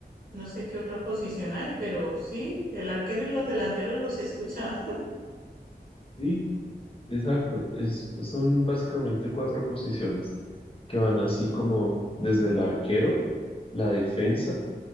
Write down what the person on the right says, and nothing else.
No sé qué otra posición hay, pero sí, el arquero y los delanteros los he escuchado. <laughs>